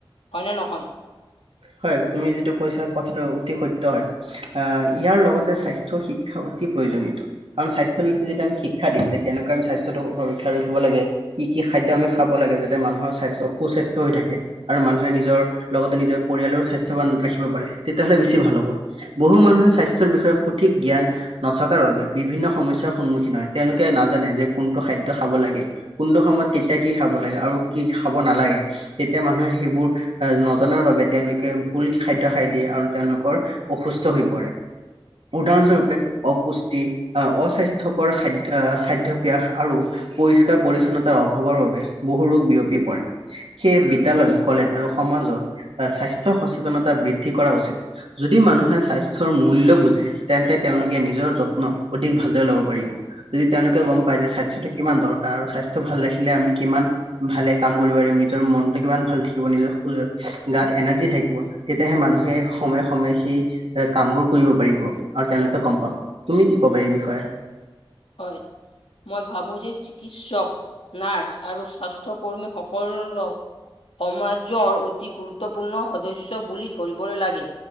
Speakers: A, on the left; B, on the right.
A: হয় নে নহয়,
B: হয় তুমি যিটো কৈছা কথাটো অতি সত্য হয়। আহ ইয়াৰ লগতে স্বাস্থ্য শিক্ষাও অতি প্ৰয়োজনীয়। কাৰণ স্বাস্থ্যৰ বিষয়ে যেতিয়া আমি শিক্ষা দিম যে কেনেকৈ আমি স্বাস্থ্যটো সুৰক্ষা ৰাখিব লাগে। কি কি খাদ্য আমি খাব লাগে যাতে মানুহৰ স্বাস্থ্য সুস্বাস্থ্য হৈ থাকে? আৰু মানুহে নিজৰ লগতে নিজৰ পৰিয়ালৰ স্বাস্থ্যৱান ৰাখিব পাৰে তেতিয়াহ'লে বেছি ভাল হ'ব। বহু মানুহে স্বাস্থ্যৰ বিষয়ে সঠিক জ্ঞান নথকাৰ বাবে বিভিন্ন সমস্যাৰ সন্মুখীন হয়, তেওঁলোকে নাজানে যে কোনটো খাদ্য খাব লাগে। কোনটো সময়ত কেতিয়া কি খাব লাগে আৰু কি খাব নালাগে। তেতিয়া মানুহে সেইবোৰ নজনাৰ বাবে তেওঁলোকে ভূল খাদ্য খাই দিয়ে আৰু তেওঁলোকৰ অসুস্থ হৈ পৰে। উদাহৰণস্বৰূপে অপুষ্টি আহ অস্বাস্থ্যকৰ খাদ্য আহ, খাদ্যভাস আৰু পৰিষ্কাৰ পৰি্ছন্নতাৰ অভাৱৰ বাবে বহু ৰোগ বিয়পি পৰে। সেয়ে বিদ্যালয়, কলেজ আৰু সমাজত স্বাস্থ্য সচেতনতা বৃদ্ধি কৰা উচিত। যদি মানুহে স্বাস্থ্যৰ মূল্য বুজে। তেন্তে তেওঁলোকে নিজৰ যত্ন অধিক ভালদৰে ল'ব পাৰিব। যদি তেওঁলোকে গ'ম পায় যে, স্বাস্থ্যটো কিমান দৰকাৰ আৰু স্বাস্থ্য ভাল ৰাখিলে আমি কিমান ভালে কাম কৰিব পাৰিম নিজৰ মনটো কিমান ভাল থাকিব নিজৰ <unintelligible> গাত এনাৰ্জি থাকিব তেতিয়াহে মানুহে সময়ে সময়ে সেই এ কামবোৰ কৰিব পাৰিব আৰু তেওঁলোকে গ'ম পাব। তুমি কি ক'বা এই বিষয়ে?
A: হয়। মই ভাবো যে চিকিৎসক, নাৰ্চ আৰু স্বাস্থ্য কৰ্মী সকলক সমাজৰ অতি গুৰুত্বপূৰ্ণ সদস্য বুলি ধৰিব লাগে।